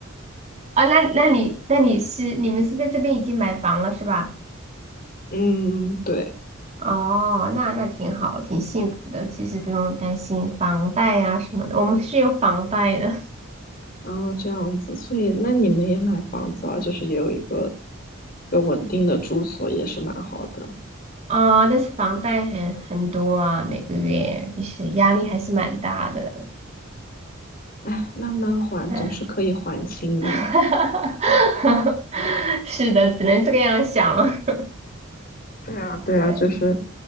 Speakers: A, on the right (about 30°); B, on the left (about 45°).
A: 啊，那那你那你是你们是在这边已经买房了是吧？
B: 嗯，对，
A: 哦，那那挺好，挺幸福的。其实不用担心房贷啊什么的，我们是有房贷的。
B: 然后这样子，所以那你们也买房子啊，就是也有一个有稳定的住所，也是蛮好的。
A: <laughs> 哦，但是房贷很很多啊，每个月就是压力还是蛮大的。
B: 哎，慢慢还总是可以还清的了。
A: 嗯，<laughs> 是的，只能这个样想了。
B: 对啊，
A: <laughs>
B: 对啊，
A: 对
B: 就是，